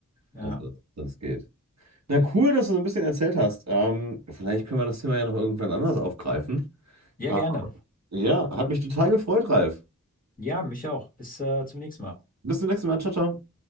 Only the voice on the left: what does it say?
Ja.
Ja,
gerne.
Ja, mich auch. Bis äh, zum nächsten Mal.